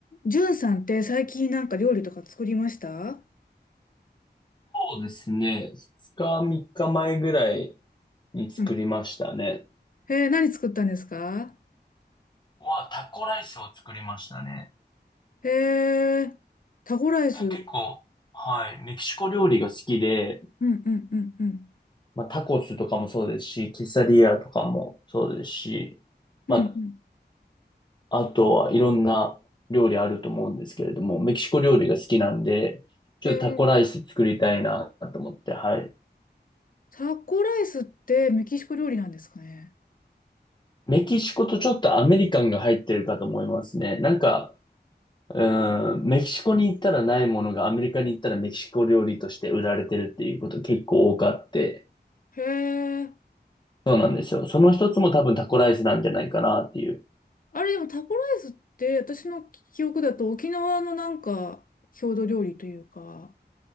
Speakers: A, on the left; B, on the left.
A: ジュンさんって最近なんか料理とか作りました
B: そうですね。2日、3日前ぐらいに作りましたね。
A: うんへえ、何作ったんですか
B: は、タコライスを作りましたね。
A: へえ、タコライス。うん
B: 結構、はい、メキシコ料理が好きで、
A: うんうんうん。
B: まあ、タコスとかもそうですし、ケサディアとかもそうですし、
A: うんうん。
B: まあ、あとはいろんな料理あると思うんですけれども、メキシコ料理が好きなんで、ちょっとタコライス作りたいなと思って、
A: へえ、
B: はい。
A: タコライスってメキシコ料理なんですかね
B: メキシコとちょっとアメリカンが入ってるかと思いますね。なんか、うん、メキシコに行ったらないものがアメリカに行ったらメキシコ料理として売られてるっていうこと結構多くあって、
A: へえ、
B: そうなんですよ。その一つも多分タコライスなんじゃないかなっていう。
A: あれでもタコライスって私の記憶だと沖縄のなんか郷土料理というか